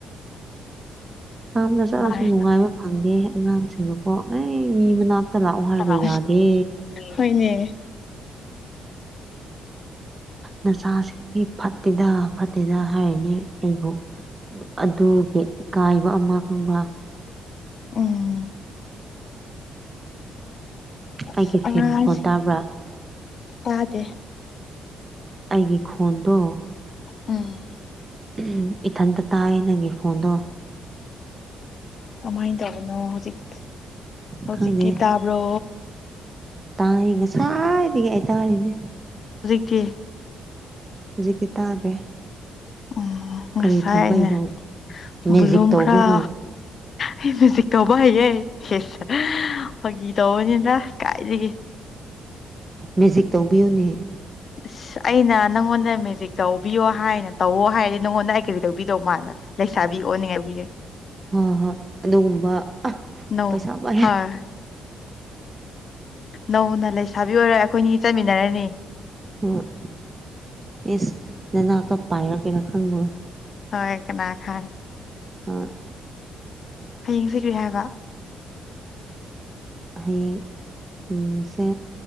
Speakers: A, on the right; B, on the left.
A: ꯌꯥꯝꯝꯅ ꯆꯠꯂꯁꯨ
B: ꯅꯨꯡꯉꯥꯏ
A: ꯅꯨꯡꯉꯥꯏꯕ ꯐꯪꯗꯦ ꯑꯉꯥꯡꯁꯤꯡꯗꯀꯣ ꯑꯩ ꯃꯤ ꯃꯅꯥꯛꯇ ꯂꯥꯛꯑꯣ ꯍꯥꯏꯔꯒ
B: ꯑꯁ
A: ꯌꯥꯗꯦ
B: ꯍꯣꯏꯅꯦ
A: ꯅꯁꯥꯁꯤ ꯐꯠꯇꯦꯗ ꯐꯠꯇꯦꯗ ꯍꯥꯏꯔꯅꯤ ꯑꯩꯕꯨ ꯑꯗꯨꯒꯤ ꯏꯀꯥꯏꯕ ꯑꯃ ꯈꯪꯕ꯭ꯔꯥ
B: ꯎꯝ ꯑꯁ
A: ꯑꯩꯒꯤ ꯐꯦꯟ
B: ꯑꯉꯥꯡꯁꯤ
A: ꯃꯈꯣꯟ ꯇꯥꯕ꯭ꯔꯥ
B: ꯇꯥꯗꯦ
A: ꯑꯩꯒꯤ ꯈꯣꯟꯗꯣ
B: ꯎꯝ
A: ꯎꯝ ꯏꯊꯟꯇ ꯇꯥꯏ ꯅꯪꯒꯤ ꯐꯣꯟꯗꯣ
B: ꯀꯃꯥꯏꯅ ꯇꯧꯕꯅꯣ ꯍꯧꯖꯤꯛ ꯍꯧꯖꯤꯛꯀꯤꯤ
A: ꯈꯪꯗꯦ
B: ꯇꯕ꯭ꯔꯣ
A: ꯇꯥꯏ ꯉꯁꯥꯏꯗꯒꯤ ꯍꯥꯏꯇꯥꯔꯤꯅꯦ
B: ꯀꯦ
A: ꯍꯧꯖꯤꯛꯇꯤ ꯇꯥꯗ꯭ꯔꯦ
B: ꯎꯝ
A: ꯀꯔꯤ
B: ꯉꯁꯥꯏ
A: ꯊꯝꯕꯩꯅꯣ
B: ꯑꯅꯦ ꯕꯕꯨꯂꯨꯝ
A: ꯃꯦꯖꯤꯛ ꯇꯧꯕ꯭ꯔꯣ
B: ꯈꯔ
A: ꯅꯪ
B: ꯑꯩ ꯃꯨꯖꯤꯛ ꯇꯧꯕ ꯍꯦꯁ ꯍ ꯇꯧꯅꯤꯗ ꯀꯥꯏꯗꯤ
A: ꯃꯦꯖꯤꯛ ꯇꯧꯕꯤꯌꯨꯅꯦꯍ
B: ꯑꯁ ꯑꯩꯅ ꯅꯪꯉꯣꯟꯗ ꯃꯦꯖꯤꯛ ꯇꯧꯕꯤꯌꯣ ꯍꯥꯏꯅ ꯇꯧꯋꯣ ꯍꯥꯏꯔꯗꯤ ꯅꯪꯉꯣꯟꯗ ꯑꯩ ꯀꯔꯤ ꯇꯧꯕꯤꯗꯣ ꯃꯥꯅꯣ ꯂꯩꯁꯥꯕꯤ ꯑꯣ ꯅꯤꯡꯉꯥꯏꯕꯤꯔꯦ
A: ꯍ ꯍꯣꯏ ꯑꯗꯨꯒꯨꯝꯕ
B: ꯅꯧ
A: ꯄꯩꯁꯥ ꯃ
B: ꯍꯣꯏ ꯅꯧꯅ ꯂꯩꯁꯥꯕꯤ ꯑꯣꯏꯔꯣꯏ ꯑꯩꯈꯣꯏꯅꯤ ꯆꯠꯃꯤꯟꯅꯔꯅꯤ
A: ꯎꯝ ꯏꯁꯁ ꯅꯅꯥꯛꯇ ꯄꯥꯏꯔꯛꯀꯦꯔꯥ ꯈꯪꯈ
B: ꯍ ꯀꯅꯥ ꯈꯥꯡ
A: ꯑ
B: ꯍꯌꯦꯡ ꯁꯤꯒ꯭ꯔꯤ ꯍꯥꯏꯕ
A: ꯍꯥꯏꯌꯦꯡ ꯎꯝꯁꯦ